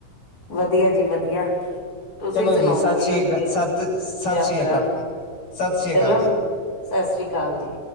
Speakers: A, on the left (about 25°); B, on the left (about 70°).
A: ਵਦੀਆ ਜੀ ਵਦੀਆ। ਤੁਸੀਂ
B: ਚਲੋ
A: ਸੁਨਾਔ
B: ਜੀ ਸਤਿ
A: ਕੋਈ
B: ਸ੍ਰੀ
A: ਆਪਨੀ,
B: ਅਕਾਲ ਸਤਿ ਸਤਿ
A: ਯਾਤਰਾ,
B: ਸ੍ਰੀ ਅਕਾਲ ਜੀ, ਸਤਿ ਸ੍ਰੀ
A: ਚਲੋ
B: ਅਕਾਲ ਜੀ।
A: ਸੱਸ ਸ੍ਰੀ ਕਾਲ ਜੀ।